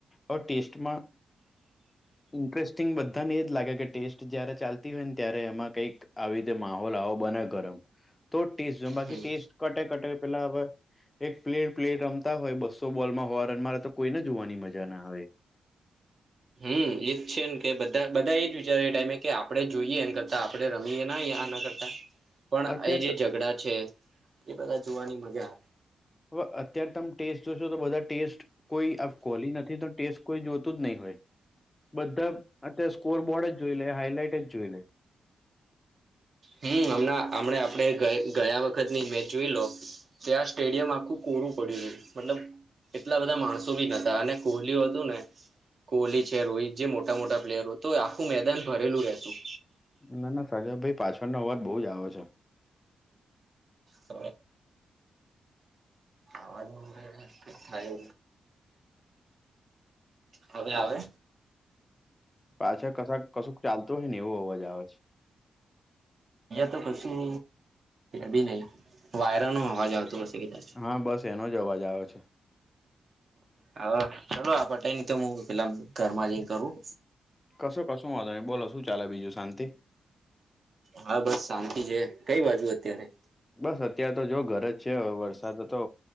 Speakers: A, on the left (about 20°); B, on the right (about 50°).
A: આ ટેસ્ટમાં. ઇન્ટરેસ્ટિંગ બધાને એજ લાગે કે ટેસ્ટ જયારે ચાલતી હોય ને ત્યારે એમાં કઈક. આવી રીતે માહોલ આવો બને ગરમ તો ટેસ્ટ જો બાકી
B: હમ
A: ટેસ્ટ કટે કટે પેલા હવે. એક પ્લેર પ્લેર રમતા હોય બસો બોલમાં હોવા રનમાંરે તો કોઈને જોવાની મજા ના આવે.
B: હમ એજ છે ને કે બધા બધા એજ વિચારે એ ટાઈમે કે આપડણે જોઈએ એ કરતા આપણે રમીએ ના કરતા. પણ
A: અત્યાર
B: એ જે
A: ત
B: ઝઘડા છે એ બધા જોવાની મજા આવે.
A: હવે અત્ય્યારે તમે ટેસ્ટ જોશો તો બધા ટેસ્ટ. કોઈ અ કોલી નથી તો ટેસ્ટ કોઈ જોતું જ નહી હોય. બધા અત્યારે સ્કોરબોર્ડ જ જોઈ લે હાઈલાઇટ જ જોઈ લે.
B: હમ્મ હમણાં હમ આપણે ગયા વખત ની મેચ જોઈ લો. ત્યા આ સ્ટેડિયમ આખું કોરું પડ્યું હતું મતલબ. એટલા બધા માણસો બી નતા અને કોહલીઓ હતું ને. કોહલી છે રોહિત જે મોટા મોટા પ્લેયરો તો આખું મેદાન ભરેલું રહેતું.
A: ના ના સાગ ભાઈ પાછળનો અવાજ બહુજ આવે છે.
B: હ. આવાજ થાય. હવે આવે.
A: પાછા કશ કશુંક ચાલતું હોય ને એવો અવાજ આવે.
B: તો કશું બી નહ વાયરા નો હોવાજ આવતો હશે કદાચ
A: હા બસ એનો જ અવાજ આવે છે.
B: હા ચલો આ પટાઈ નહ તો હું પેલામ ઘરમાં જ કરું.
A: કશો કશું વાંધો બોલો શું ચાલે બીજું શાંતિ.
B: હા બસ શાંતિ છે કઈ બાજુ અત્યારે.
A: બસ અત્યાર તો જો ઘર જ છે વરસાદ હતો